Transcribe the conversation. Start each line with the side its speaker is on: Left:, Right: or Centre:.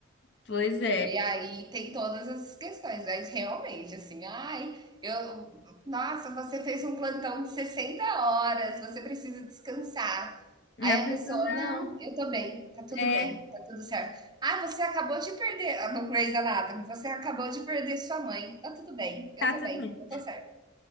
Left: pois é.
Right: E aí tem todas essas questões, mas realmente, assim, ai, eu, nossa, você fez um plantão de 60 horas, você precisa descansar. Aí
Left: A pessoa,
Right: a pessoa,
Left: não,
Right: não, eu tô bem, tá tudo
Left: é,
Right: bem, tá tudo certo. Ah, você acabou de perder, ah, no Grey's Anatomy, você acabou de perder sua mãe, tá tudo bem, eu
Left: tá
Right: tô
Left: tudo
Right: bem,
Left: bem.
Right: eu tô certo,